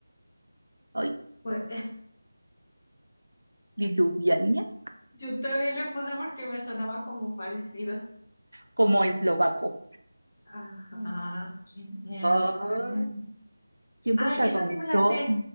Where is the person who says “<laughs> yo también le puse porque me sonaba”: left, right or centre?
Left